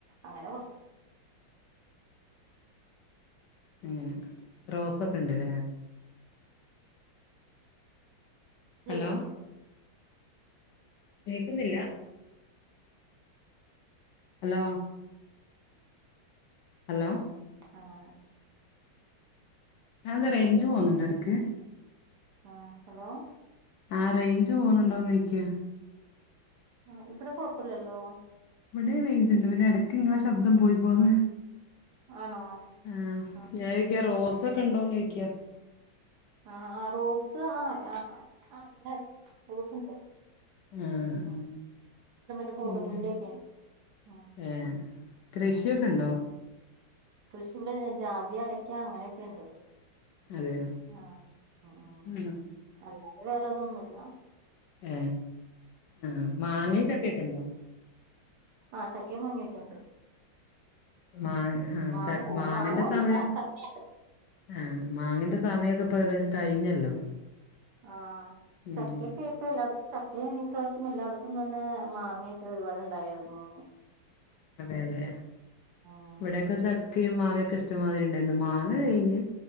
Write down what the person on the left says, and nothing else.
അങ്ങനെ റോസൊക്കെ ഉണ്ട്ല്ലേ ഹലോ
കേക്കുന്നില്ല ഹലോ ഹലോ
അതെന്താ റേഞ്ച് പോകുന്നുണ്ട് ഇടയ്ക്ക്
ആഹ് റേഞ്ച് പോകുന്നുണ്ടോന്ന് ചോയ്ക്ക
ഇവിടെ റേഞ്ച് ണ്ട് പിന്നെ ഇടയ്ക്ക് ഇങ്ങളെ ശബ്ദം പോയി പോന്ന്
ആഹ്
ഞാൻ ചോയ്ക്ക റോസ ഒക്കെ ഉണ്ടോന്ന് ചോക്കാ
ആഹ് ആ.
പിന്നെ.
ഏഹ്. കൃഷിയൊക്കെ
ഇണ്ടൊ.
അതെയോ.
ആ.
ഏ. ആ. മാങ്ങിം ചക്ക്യാെക്കെണ്ടോ.
മാ ആ
ച മാങ്ങന്റെ
സമയം.
ആഹ് മാങ്ങെന്റെ സമയൊക്കെ ഇപ്പൊ ഏകദേശം കഴിഞ്ഞല്ലോ.
ഉം
അതെ. അതെ
ഇവിട്യാെക്കെ ചക്കിം മാങ്ങൊക്കെ ഇഷ്ടം മാതിരി ഇണ്ടായിന്നു. മാങ്ങ കഴിഞ്ഞ്